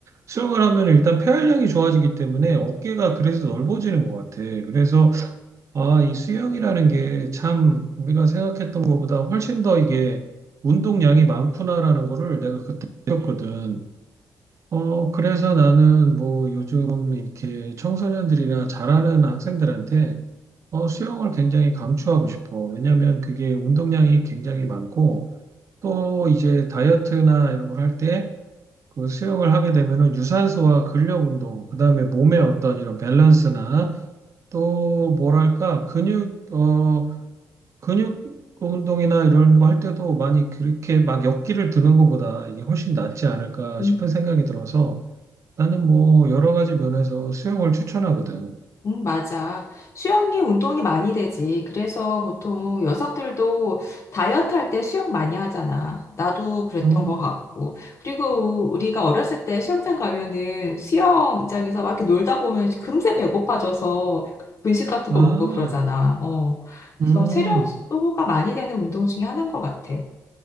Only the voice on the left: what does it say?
음.
음, 맞아. 수영이 운동이 많이 되지. 그래서 보통 여성들도 다이어트 할 때 수영 많이 하잖아. 나도 그랬던
것 같고. 그리고 우리가 어렸을 때 수영장 가면은 수영장에서 막 이렇게 놀다 보면 금세 배고파져서 분식 같은
거 먹고 그러잖아. 어. 그래서
체력 소모가 많이 되는 운동 중에 하나인 것 같아.